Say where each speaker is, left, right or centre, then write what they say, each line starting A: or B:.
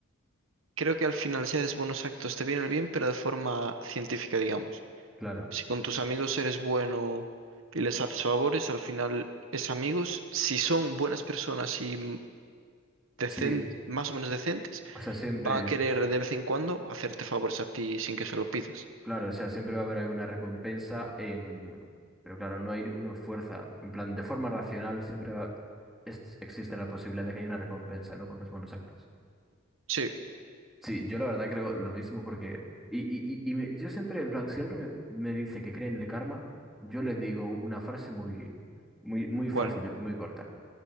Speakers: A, on the right (about 75°); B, in the centre.
A: creo que al final si haces buenos actos te viene el bien, pero de forma científica, digamos.
B: Claro,
A: Si con tus amigos eres bueno y les haces favores, al final es amigos. Si son buenas personas y decen-
B: sí,
A: más o menos decentes,
B: o sea, siempre,
A: van a querer de vez en cuando hacerte favores a ti sin que se lo pidas.
B: claro, o sea, siempre va a haber alguna recompensa en, pero claro, no hay una fuerza, en plan, de forma racional siempre va- es- existe la posibilidad de que haya una recompensa, ¿no? Con los buenos actos.
A: Sí,
B: Sí, yo la verdad creo lo mismo porque... Y, y, y, y me- yo siempre, en plan, si alguien me, me dice que cree en el karma, yo le digo una frase muy, muy, muy fácil,
A: ¿cuál?
B: muy corta.